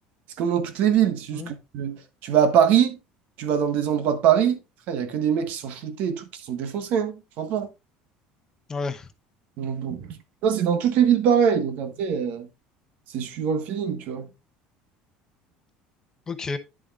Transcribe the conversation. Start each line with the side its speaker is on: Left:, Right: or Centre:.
Right: C'est comme dans toutes les villes, c'est juste
Left: Ouais.
Right: que euh, tu vas à Paris, tu vas dans des endroits de Paris, frère, il y a que des mecs qui sont shootés et tout, qui sont défoncés, hein, franchement.
Left: Ouais.
Right: Donc, bon. Ça, c'est dans toutes les villes pareilles. Donc après, euh, c'est suivant le feeling, tu vois.
Left: Ok.